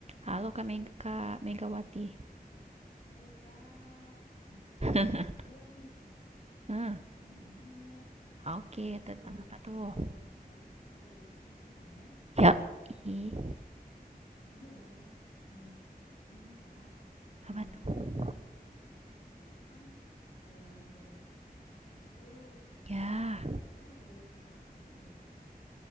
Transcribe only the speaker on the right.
Halo Kak Meg Kak Megawati.
<laughs>
Hmm,
oke,
Tentang apa tuh?
Ya. Ih,
apa tuh?
Ya,